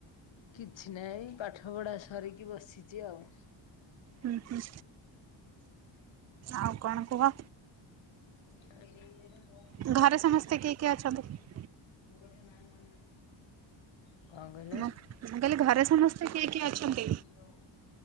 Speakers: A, on the left; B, on the right.
A: କିଛି ନାହିଁ ପାଠ ପଢ଼ା ସରିକି ବସିଛି ଆଉ
B: ହୁଁ ହୁଁ ଆଉ କଣ କୁହ?
A: <unintelligible>
B: ଘରେ ସମସ୍ତେ କିଏ କିଏ ଅଛନ୍ତି?
A: <unintelligible> କଣ କହିଲେ?
B: ମୁଁ ମୁଁ କହିଲି ଘରେ ସମସ୍ତେ
A: <unintelligible>
B: କିଏ କିଏ ଅଛନ୍ତି?